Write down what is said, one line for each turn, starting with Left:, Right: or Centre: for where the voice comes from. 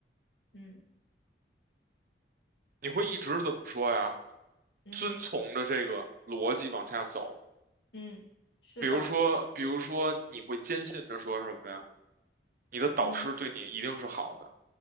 Left: 嗯。
Right: 你会一直怎么说呀？
Left: 嗯。
Right: 遵从着这个逻辑往下走。
Left: 嗯，是的，
Right: 比如说，比如说，你会坚信着说什么呀？你的导师对你一定是好的，
Left: 嗯，